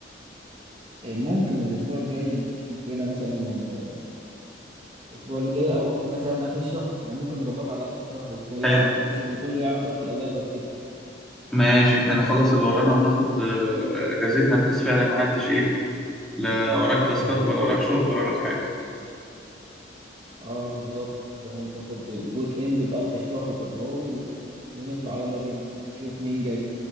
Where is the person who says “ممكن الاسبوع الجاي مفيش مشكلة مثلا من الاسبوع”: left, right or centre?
Right